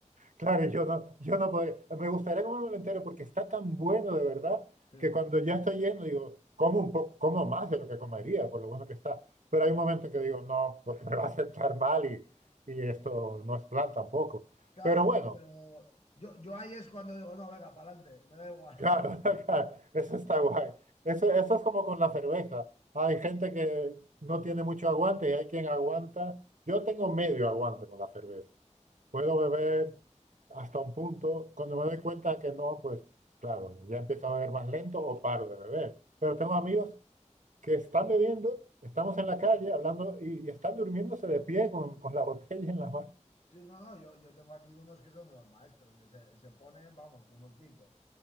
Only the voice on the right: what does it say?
Claro, yo no, yo no podría. Me gustaría comérmelo entero porque está tan bueno de verdad
que cuando ya estoy lleno digo, como un poco, como más de lo que comería, por lo bueno que está. Pero hay un momento en que digo, no, porque me va a sentar mal y, y esto no es plan tampoco.
Pero bueno,
claro, <laughs> claro, eso está guay. Eso, eso es como con la cerveza. Hay gente que no
tiene mucho aguante y hay quien aguanta. Yo tengo medio aguante con la cerveza. puedo beber hasta un punto. Cuando me doy cuenta que no, pues claro, ya empiezo a beber más lento o paro de beber. Pero tengo amigos que están bebiendo, estamos en la calle hablando y, y están durmiéndose de pie con, con la botella en la mano.